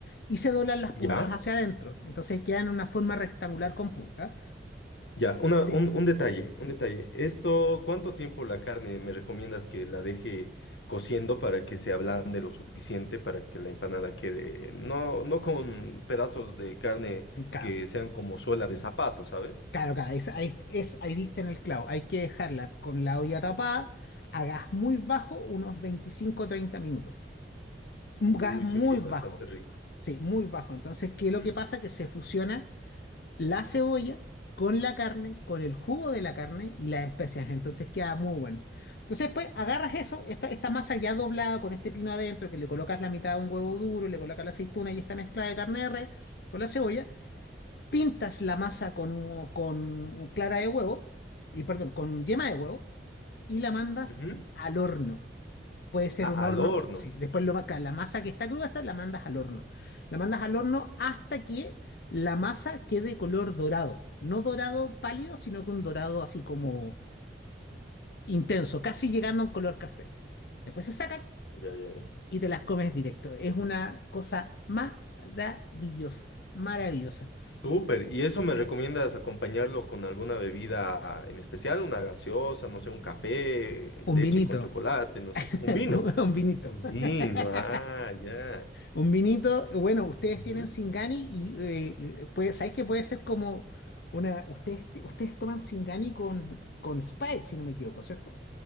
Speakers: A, on the left (about 60°); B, on the left (about 80°).
A: y se doblan las puntas
B: ¿Ya?
A: hacia adentro. Entonces quedan en una forma rectangular con puntas.
B: Ya, una,
A: Sí,
B: un, un detalle, un
A: sí,
B: detalle. Esto, ¿cuánto tiempo la carne me recomiendas que la deje cociendo para que se ablande lo suficiente para que la empanada quede, no, no con pedazos de carne
A: claro,
B: que sean como suela de zapato, ¿sabes?
A: claro, claro, es, ahí, es, ahí diste en el clavo. Hay que dejarla con la olla tapada a gas muy bajo, unos 25 treinta minutos. Un
B: Uy,
A: gas muy
B: se oye
A: bajo,
B: bastante rico.
A: sí, muy bajo. Entonces, ¿qué
B: Ujú,
A: es lo que pasa? Que se fusiona la cebolla con la carne, con el jugo de la carne y las especias. Entonces queda muy bueno. Entonces, pues agarras eso, esta, esta masa ya doblada con este pino adentro, que le colocas la mitad de un huevo duro, le colocas la aceituna y esta mezcla de carne de res con la cebolla. Pintas la masa con, un con clara de huevo, y perdón, con yema de huevo y la mandas
B: ujú.
A: al horno puede ser
B: Ah,
A: un horno,
B: al horno.
A: sí, después lo, ma- claro, la masa que está cruda hasta la mandas al horno. La mandas al horno hasta que la masa quede color dorado, no dorado pálido, sino que un dorado así como intenso, casi llegando a un color café. Después se sacan
B: Ya, ya, ya.
A: y te las comes directo. Es una cosa maravillosa, maravillosa.
B: Súper. ¿Y eso me recomiendas acompañarlo con alguna bebida en especial? Una gaseosa, no sé, un café,
A: Un
B: leche
A: vinito,
B: con chocolate, no
A: <laughs>
B: sé, un vino.
A: un vinito.
B: Un
A: <laughs>
B: vino, ah, ya.
A: Un vinito, bueno, ustedes
B: Ujú.
A: tienen Singani y eh, puede, ¿sabéis que puede ser como una... Ustedes, ustedes toman Singani con, con Sprite, si no me equivoco, ¿cierto?